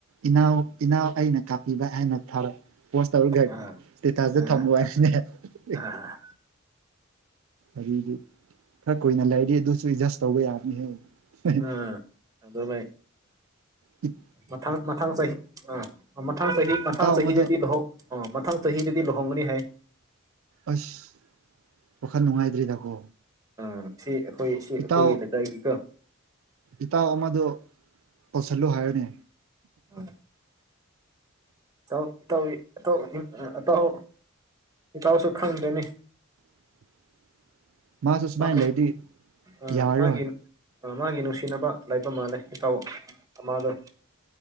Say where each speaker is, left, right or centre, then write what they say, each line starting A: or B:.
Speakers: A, on the right (about 70°); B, on the right (about 15°).
A: ꯏꯅꯥꯎ ꯏꯅꯥꯎ ꯑꯩꯅ ꯀꯥꯞ ꯄꯤꯕ ꯍꯥꯏꯅ ꯊꯥꯔꯦ ꯄꯣꯁ ꯇꯧꯔꯒ
B: ꯑꯥ
A: ꯏꯁꯇꯦꯇꯁꯗ
B: ꯑꯥ
A: ꯊꯝꯕ ꯋꯥ ꯍꯦ ꯍꯦ ꯏꯛ
B: ꯑꯥ
A: ꯑꯗꯩꯗꯤ ꯈꯔ ꯀꯨꯏꯅ ꯂꯩꯔꯗꯤ ꯗꯨꯁ ꯥꯁꯨꯏ ꯖꯗꯁ ꯇꯧꯕ ꯌꯥꯕꯅꯤꯍꯦ ꯍꯦꯍꯦ
B: ꯎꯝ ꯑꯗꯨꯃꯥꯏ
A: ꯏꯠ
B: ꯃꯊꯪ ꯃꯊꯪ ꯆꯍꯤ ꯑ ꯃꯊꯪ ꯆꯍꯤ ꯃꯊꯪ
A: ꯏꯇꯥꯎ ꯑꯃꯗꯣ
B: ꯆꯍꯤꯗꯗꯤ ꯂꯨꯍꯣꯡ ꯑ ꯃꯊꯪ ꯆꯍꯤꯗꯗꯤ ꯂꯨꯍꯣꯡꯒꯅꯤ ꯍꯥꯏ
A: ꯑꯁ ꯋꯥꯈꯜ ꯅꯨꯡꯉꯥꯏꯇ꯭ꯔꯤꯗꯀꯣ
B: ꯑꯥ ꯁꯤ ꯑꯩꯈꯣꯏ ꯁꯤ ꯑꯩꯈꯣꯏꯒꯤ
A: ꯏꯇꯥꯎ
B: ꯂꯩꯀꯥꯏꯒꯤꯀꯣ
A: ꯏꯇꯥꯎ ꯑꯃꯗꯣ ꯄꯁꯜꯂꯣ ꯍꯥꯏꯌꯣꯅꯦ
B: ꯎꯝ <unintelligible> ꯑꯥꯎ ꯏꯇꯥꯎꯋꯤ ꯏꯇꯥꯎ ꯎꯝ ꯑꯥ ꯑꯇꯥꯎ ꯏꯇꯥꯎꯁꯨ ꯈꯪꯗꯦꯅꯦ
A: <inaudible> ꯁꯨꯃꯥꯏꯅ
B: ꯃꯥ
A: ꯂꯩꯔꯗꯤ
B: ꯑꯥ
A: ꯌꯥꯔꯔꯣꯏ
B: ꯃꯥꯒꯤꯟ ꯃꯥꯒꯤ ꯅꯨꯡꯁꯤꯅꯕ ꯂꯩꯏꯕ ꯃꯥꯜꯂꯦ ꯏꯇꯥꯎ ꯑꯃꯥꯗꯣ